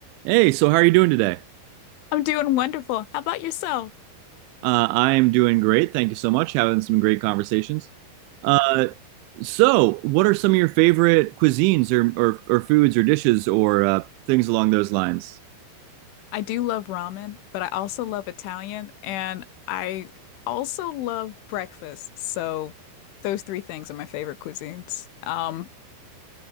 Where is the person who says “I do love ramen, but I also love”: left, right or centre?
Left